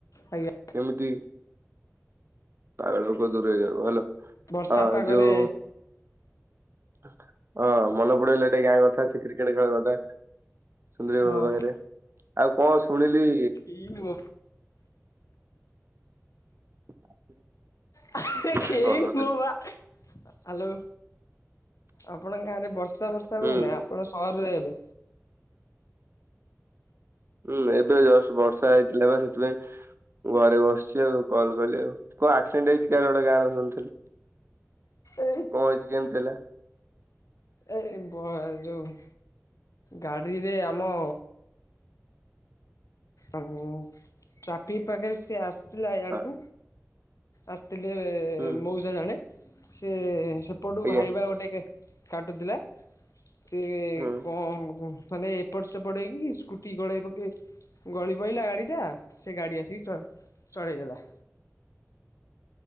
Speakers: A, on the left; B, on the right.
A: ଆଜ୍ଞା
B: କେମିତି ପାଗଳୋକ ଦୂରେଇ ଯାଉ ଭଲ
A: ବର୍ଷା
B: ହଁ
A: ପାଗରେ
B: ଯୋଉ <inaudible> ହଁ ମନେ ପଡେଇଲେ ଟିକେ ଗାଁ କଥା ସେ କ୍ରିକେଟ ଖେଳିବା କଥା। ସୁନ୍ଦର
A: ହଁ
B: <unintelligible> ପାଖରେ ଆଉ କଣ ଶୁଣିି <inaudible>
A: ଏଇ ନୁହଁ
B: <inaudible>
A: <inaudible> ଆଲୋ
B: କଲ୍ କରିଦେଲି।
A: ଆପଣ ଗାଁରେ ବର୍ଷା ବର୍ଷା
B: ହୁଁ
A: ହୁଏ ନା ଆପଣ ସହରରେ ଏବେ
B: ହୁଁ ଏବେ ଜଷ୍ଟ ବର୍ଷା ହେଇଥିଲା ବା ସେଥିପାଇଁ ଘରେ ବସିଛି ଆଉ କଲ କଲେ ଆଉ କଣ ଆକ୍ସିଡେଣ୍ଟ ହେଇଛି କାହାର ଗୋଟେ ଗାଁରେ ଆକ୍ସିଡେଣ୍ଟ ହେଇଛି ଶୁଣିଥିଲି।
A: ଏଇ
B: କଣ ହେଇଛି କେମତି ହେଲା?
A: ଏ ଯୋଉଁ ଗାଡ଼ିରେ ଆମ ଆଉ ଟ୍ରାଫିକ ଆଗରେ ସେ ଆସ୍ ଥିଲା ଏ ଆଡ଼କୁ
B: ହଁ
A: ଅସ୍ ଲେ
B: ହୁଁ
A: ମଉସା ଜଣେ ସେ ସେପଟୁ
B: ଆଜ୍ଞା
A: ହାଇବା ଗୋଟେକ କାଟୁଥିଲା ସେ
B: ହୁଁ
A: କମ୍ ମାନେ ଏପଟ ସେପଟ ହେଇକି ସ୍କୁଟି ଗଳେଇ ପକେ ଗଳି ପଡ଼ିଲା ଗାଡ଼ିଟା ସେ ଗାଡ଼ି ଆସିକି ଚ ଚଢେଇଦେଲା।